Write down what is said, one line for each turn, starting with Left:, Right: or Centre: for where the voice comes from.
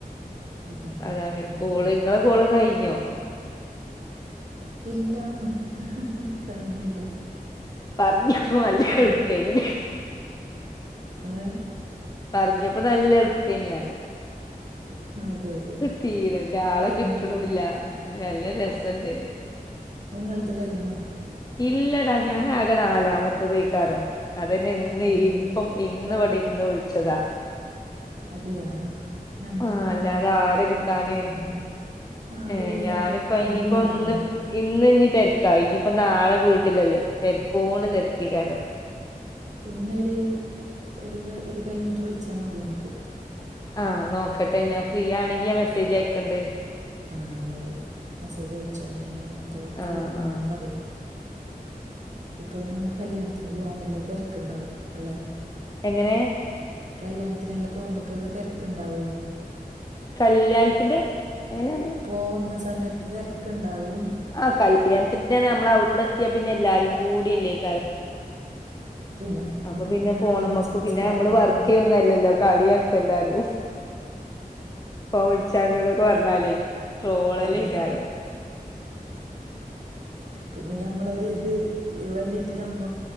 Right: അതെ
Left: അതാണ്
Right: ആ. ഉം.
Left: കോള് ഇങ്ങളെ കോള് കയിഞ്ഞോ?
Right: ഇല്ലാന്ന് കഴിഞ്ഞില്ല.
Left: പർഞ്ഞപ്പോ നല്ലെള്പ്പെനില്ലേ
Right: കഴിഞ്ഞ് ഏഹ്
Left: പർഞ്ഞപ്പോ നല്ലെൾപ്പന്യാറ്യ
Right: അതെ അതെ
Left: തീരണ്ടെ ആളെ
Right: കഴിഞ്ഞ്
Left: കിട്ട്ണുല്ല നല്ല രസണ്ടെതായാലും
Right: നിങ്ങൾത് കഴിഞ്ഞോ?
Left: ഇല്ലടാ ഞാനാകെ നാലാമത്തതേകാരം. അതെന്നെ ഇന്ന്
Right: ആ, ഒരു
Left: ഇപ്പം ഇന്ന്
Right: പ
Left: വടിര്ന്ന് വിൾച്ചതാ.
Right: അതെയാ ന്നൻ്റെതും
Left: ആഹ്
Right: അങ്ങനെ
Left: അല്ലാതെ
Right: ന്നെ
Left: ആരെ
Right: കൊ
Left: കിട്ടാന്
Right: കൊർച്ച് <unintelligible> ആരുല്ല
Left: ഏഹ് ഞാനിപ്പ
Right: വര്ന്നില്ലാരും
Left: ഇനിയിപ്പോ ഇന്ന് ഇന്ന് ഞ് തെരക്കായി ഇഞ്പ്പോ നാളെ വീട്ടിലല്ലേ തെരക്കോണ്ട് തെര്ക്കെകാരം
Right: ഇന്നൊര് ഒര് ക ഇത് കഴിഞ്ഞിട്ട് വിളിച്ചാൽ മതി ഞമ്മക്ക്
Left: ആഹ് നോക്കട്ടെ ഞാൻ ഫ്രീയാണെങ്കി ഞാ മെസ്സേജയക്കണ്ട്.
Right: ആഹ് ഏയ് മെസ്സെജയച്ചോ ഞാന് അപ്പൊ ഫ്രീ
Left: ആഹ്
Right: ഉണ്ടെന്ന്
Left: ആഹ്
Right: ഞാൻ പറ്യാം ഇപ്പൊ നിങ്ങൾക്ക് കല്യാണത്തിന് പോവാൻ നല്ല തെര്ക്ക്ണ്ടാവും അല്ല
Left: എങ്ങനെ
Right: കല്യാണത്തിനെല്ലാം പോവുമ്പോക്കെല്ലാം തിര്ക്ക്ണ്ടാവുന്ന്.
Left: കല്യാണത്തിന്റെ എങ്ങനെണ്
Right: പോവുന്ന സമയത്ത് തെര്ക്ക്ണ്ടാവുന്ന്
Left: ആഹ് കല്യാണത്തിന് പിന്നെ ഞമ്മളവടെത്ത്യാ പിന്നെ എല്ലാരും കൂട്യല്ലേകാരം
Right: പിന്നെ
Left: അപ്പൊ പിന്നെ ഫോണ്
Right: ആടന്നെ
Left: മ്മക്കും
Right: സംസാരവും
Left: പിന്നെ അമ്മള് വർക്കെയ്യു
Right: എല്ലാം
Left: ന്നല്ലല്ലോ കള്യാക്കു എല്ലാരും പ്പ വിളിച്ചാണ്ട് എന്നൊക്കെ പറഞ്ഞാലേ ട്രോളല്ലേ
Right: അതെ
Left: ഇക്കാരം
Right: അതെ പിന്നെ ഞമ്മളൊരിത് എഹ് വേണ്ടീട്ട് ഞമ്മ